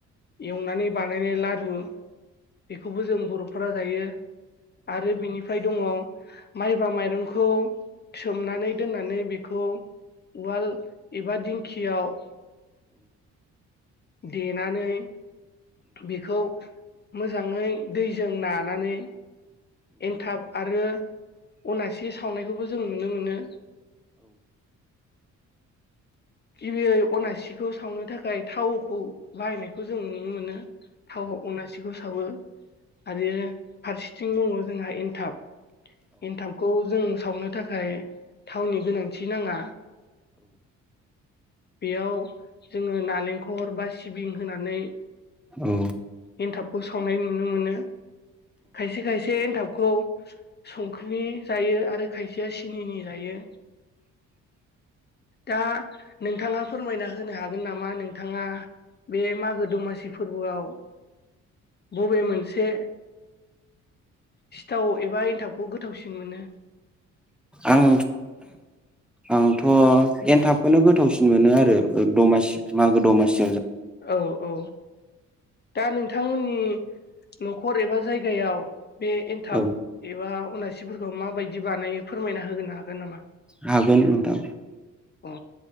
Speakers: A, on the left; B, in the centre.
A: एवनानै बानायनाय लारु बेखौबो जों बर'फोरा जायो आरो बिनिफ्राय दंङ माइब्रा माइरंखौ सोमनानै दोननानै बेखौ उवाल एबा दिंखियाव देनानै बेखौ मोजाङै दैजों नानानै एनथाब आरो अनासि सावनायखौबो जों नुनो मोनो। गबियै अनासिखौ सावनो थाखाय थाव खौ बाहायनायखौ जों नुनो मोनो थाव अनासिखौ सावो आरो फारसेथिं दङ जोंहा थाब एन्थाबखौ जों सावनो थाखाय थावनि गोनांथि नाङा बेयाव जोङो हरबा सिबिं होनानै
B: औ
A: एथाबखौ सावनाय नुनो मोन खायसे खायसे एनथाब खौ संख्रि जायो आरो खायसेया सिनिनि जायो दा नोंथाङा फोरमायना होनो हागोन नामा नोंथाङा बे मागो दमासि फोरबोआव बबे मोनसे सिथाव एबा एनथाबखौ गोथावसिन मोनो।
B: आं आंथ' एनथाबखौनो गोथावसिन मोनो आरो दमासि मागो दमासि
A: औ - औ। दा नोंथांमोननि न'खर एबा जायगायाव बे एनथाब
B: औ
A: एबा उनासिफोरखौ माबायदि बानायो फोरमायना होगोनो हागोन नामा?
B: हागोन नोंथां
A: अ